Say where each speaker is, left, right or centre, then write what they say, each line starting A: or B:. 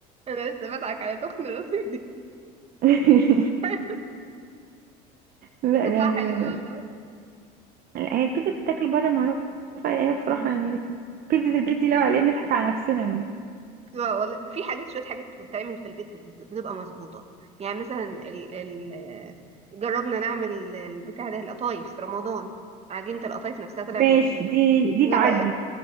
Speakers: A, on the right; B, on the right.
A: انا لسه بضحك على تخن راسي دي
B: <laughs>
A: <laughs>
B: لا
A: تطلع
B: يعني
A: حلوة والله
B: لا، هي البيتزا بتتاكل بره معروفه يعني هي بصراحه
A: مم.
B: يعني بيتزا البيت دي لو عليها بنضحك على نفسنا يعني
A: بتبقى والله في حاجات شوية حاجات بتتعمل في البيت بتز- بتبقى مظبوطة يعني مثلا ال ال جربنا نعمل البتاع ده القطايف في رمضان عجينة القطايف نفسها طلعت
B: ماشي
A: مظبوطة
B: دي دي
A: جر...
B: تعدي